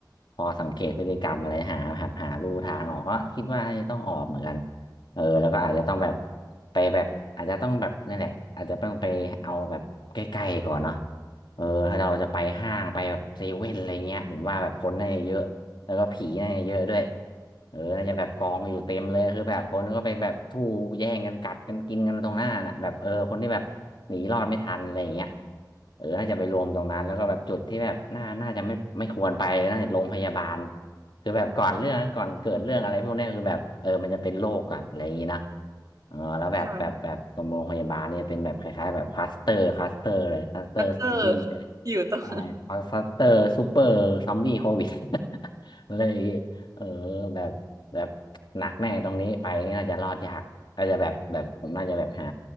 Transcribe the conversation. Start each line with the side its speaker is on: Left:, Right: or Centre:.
Left: พอสังเกตพฤติกรรมอะไรหาหาหาลู่ทางออกก็คิดว่าน่าจะต้องออกเหมือนกันเออแล้วก็อาจจะต้องแบบไปแบบอาจจะต้องแบบนี่นแหละอาจจะต้องไปเอาแบบใกล้ๆก่อนเนาะเออถ้าเราจะไปห้างไปแบบเซเว่นอะไรเงี้ยผมว่าแบบคนน่าจะเยอะ แล้วก็ผีเน่าเยอะด้วยเออน่าจะแบบกองอยู่เต็มเลยคือแบบคนก็ไปแบบทู่แย่งกันกัดกันกินกันตรงหน้าน่ะแบบเออคนที่แบบหนีรอดไม่ทันอะไรอย่างเงี้ยเออน่าจะไปรวมตรงนั้นแล้วก็แบบจุดที่แบบน่าน่าจะไม่ไม่ควรไปน่าจะโรงพยาบาลคือแบบก่อนเรื่องก่อนเกิดเรื่องอะไรพวกเนี้ยคือแบบเออมันจะเป็นโรคก่อนอะไรอย่างงี้นะเออแล้วแบบแบบแบบตรงโรงพยาบาลเนี่ยเป็นแบบคล้ายๆแบบคลัสเตอร์คลัสเตอร์เลยคลัสเตอร์ซอมบี้
Right: ค่ะอัตเตออยู่ตรง
Left: ใช่ฟัสเตอร์ <laughs> ซูเปอร์ซัมบี้โควิด <laughs> เลยเออแบบแบบหนักแน่ตรงนี้ไปนี่น่าจะรอดยากน่าจะแบบแบบผมน่าจะแบบหา